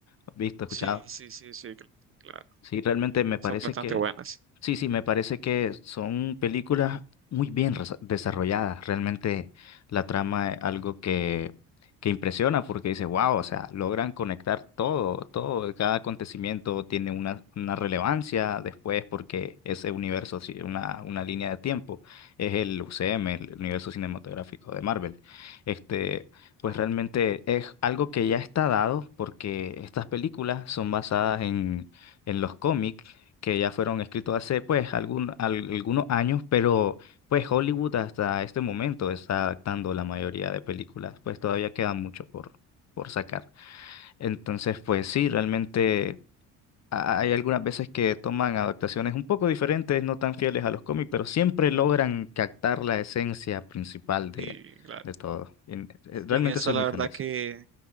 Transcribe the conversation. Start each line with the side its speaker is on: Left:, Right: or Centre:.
Left: has visto, escuchado.
Right: Sí, sí, sí, sí, cl- claro.
Left: Sí, realmente me parece
Right: Son bastante
Left: que,
Right: buenas.
Left: sí, sí, me parece que son películas muy bien resa- desarrolladas. Realmente la trama es algo que, que impresiona porque dice, wow, o sea, logran conectar todo, todo, cada acontecimiento tiene una, una relevancia después porque ese universo, sí, una, una línea de tiempo, es el UCM, el universo cinematográfico de Marvel. Este, pues
Right: Oh,
Left: realmente es algo que ya está dado porque estas películas son basadas en en los cómics que ya fueron escritos hace pues algún- al- algunos años, pero pues Hollywood hasta este momento está adaptando la mayoría de películas, pues todavía queda mucho por, por sacar. Entonces, pues sí, realmente ha- hay algunas veces que toman adaptaciones un poco diferentes, no tan fieles a los cómics, pero siempre logran captar la esencia principal de,
Right: Y claro.
Left: de todo. Y, eh, Realmente
Right: En eso
Left: soy
Right: la
Left: muy fan
Right: verdad
Left: de eso.
Right: que,